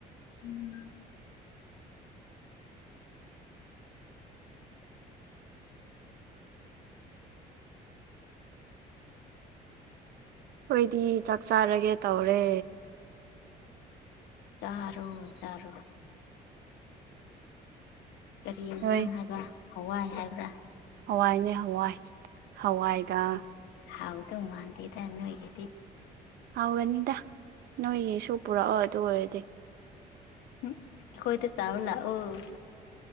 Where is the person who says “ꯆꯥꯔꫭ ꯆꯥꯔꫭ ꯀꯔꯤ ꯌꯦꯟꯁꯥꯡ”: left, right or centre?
Left